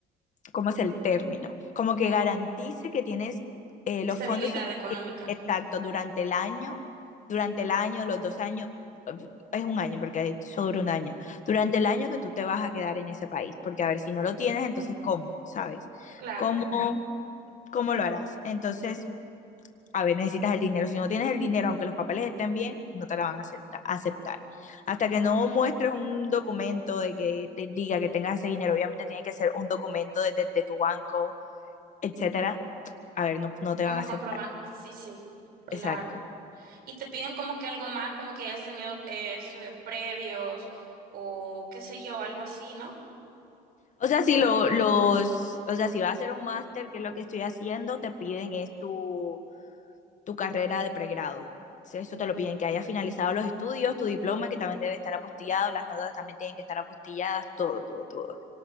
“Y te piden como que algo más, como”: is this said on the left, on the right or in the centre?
Right